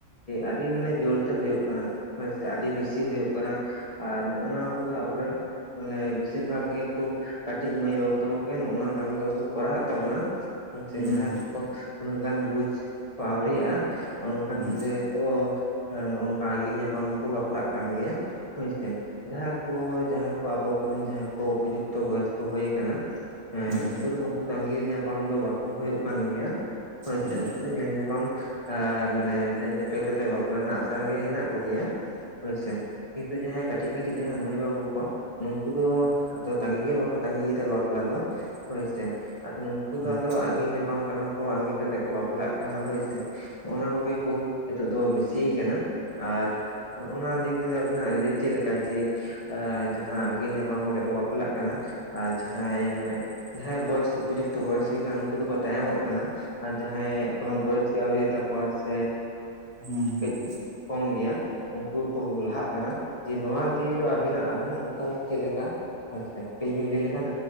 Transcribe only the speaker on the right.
ᱦᱩᱸ
ᱦᱩᱸ
ᱦᱩᱸ
ᱦᱩᱸ
ᱦᱩᱸ ᱦᱩᱸ ᱦᱩᱸ ᱦᱩᱸ ᱦᱩᱸ ᱦᱩᱸ ᱦᱩᱸ ᱦᱩᱸ ᱦᱩᱸ ᱦᱩᱸ ᱦᱩᱸ ᱦᱩᱸ ᱦᱩᱸ ᱦᱩᱸ
ᱦᱩᱸ ᱦᱩᱸ ᱦᱩᱸ
ᱦᱮᱸ ᱦᱮᱸ
ᱦᱩᱸ ᱦᱩᱸ
ᱦᱩᱸ